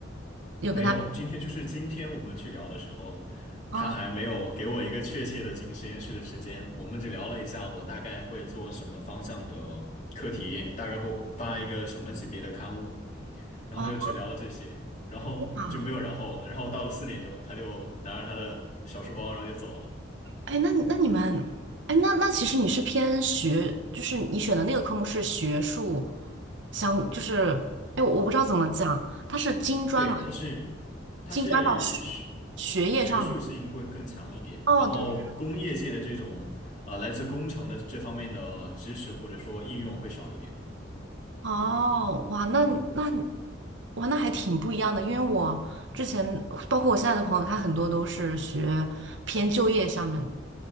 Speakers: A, on the right; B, on the left.
A: 有跟他
B: 没有，今天就是今天我们去聊的时候，
A: 嗯
B: 他还没有给我一个确切的进实验室的时间。我们只聊了一下，我大概会做什么方向的课题，大概会发一个什么级别的刊物，然后就只聊了这些，
A: 哦
B: 然后就没有然后了。
A: 啊，
B: 然后到了四点钟，他就拿着他的小书包，然后就走了。
A: 哎，那你那你们哎，那那其实你是偏学，就是你选的那个科目是学术相，就是哎，我我不知道怎么讲，它是金砖嘛，
B: 对，他是他是学
A: 金砖到学学业上的。
B: 学术性会更强一点，
A: 哦，
B: 然后工业界的这种呃来自工程的这方面的知识或者说应用会少一点。
A: 对。哦，哇，那那哇，那还挺不一样的，因为我之前包括我现在的朋友，他很多都是学偏就业上面，